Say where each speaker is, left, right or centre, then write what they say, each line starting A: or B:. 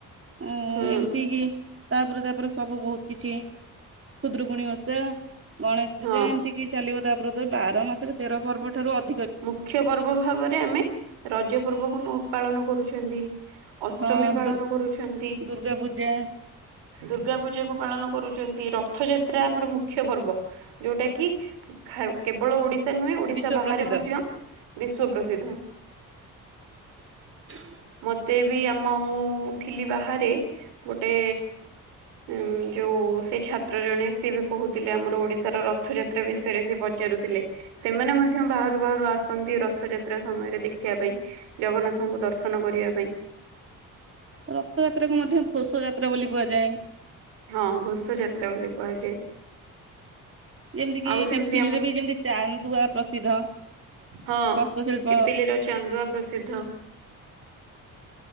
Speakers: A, on the right; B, on the right.
A: ଅଁ
B: ହୁଁ
A: ଏମତି କି ତାପରେ ତାପରେ ସବୁ ବହୁତ୍ କିଛି ଖୁଦୁରୁକୁଣୀ ଓଷା। ଗଣେଶ ପୂଜା
B: ହଁ
A: ଏମତି କି ଚାଲିବ ତାପରେ ତ ବାର ମାସରେ ତେର ପର୍ବ ଠାରୁ ଅ
B: ମୁଖ୍ୟ ପର୍ବ ଭାବରେ ଆମେ ରଜ ପର୍ବକୁ ନୁ ପାଳନ କରୁଛନ୍ତି। ଅଷ୍ଟମୀ
A: ହଁ
B: ପାଳନ
A: ଦୁର୍
B: କରୁଛନ୍ତି।
A: ଦୁର୍ଗା ପୂଜା
B: ଦୁର୍ଗା ପୂଜା କୁ ପାଳନ କରୁଚନ୍ତି ରଥ ଯାତ୍ରା ଆମର ମୁଖ୍ୟ ପର୍ବ ଯୋଉଟା କି ଖାଇବ୍ କେବଳ ଓଡିଶା ନୁହେଁ ଓଡିଶା
A: ବିଶ୍ଵ
B: ବାହାରେ
A: ପ୍ରସିଦ୍ଧ
B: ମଧ୍ୟ ବିଶ୍ଵ ପ୍ରସିଦ୍ଧ।
A: <unintelligible>
B: ମତେ ବି ଆମ ମୁଁ ଥିଲି ବାହାରେ, ଗୋଟେ ଉଁ ଯୋଉ ସେଇ ଛାତ୍ର ଜଣେ ସିଏ ବି କହୁଥିଲେ ଆମର ଓଡିଶାର ରଥଯାତ୍ରା ବିଷୟରେ ସେ ପ ପଚାରୁଥିଲେ, ସେମାନେ ମ ମଧ୍ୟ ବାହାରୁ-ବାହାରୁ ଆସନ୍ତି ରଥଯାତ୍ରା ସମୟରେ ଦେଖିଆ ପାଇଁ ଜଗନ୍ନାଥଙ୍କୁ ଦର୍ଶନ କରିବା ପାଇଁ।
A: ରଥଯାତ୍ରାକୁ ମଧ୍ୟ ଘୋଷଯାତ୍ରା ବୋଲି କୁହାଯାଏ।
B: ହଁ, ଘୋଷଯାତ୍ରା ବୋଲି କୁହାଯାଏ।
A: ଯେମ୍ତିକି
B: ଆଉ ସେମିତି
A: ପିପିଲିରେ
B: ଆମର
A: ବି ଯେମ୍ତି ଚାନ୍ଦୁଆ ପ୍ରସିଦ୍ଧ।
B: ହଁ,
A: ହସ୍ତଶିଳ୍ପ
B: ପିପିଲିର ଚାନ୍ଦୁଆ ପ୍ରସିଦ୍ଧ।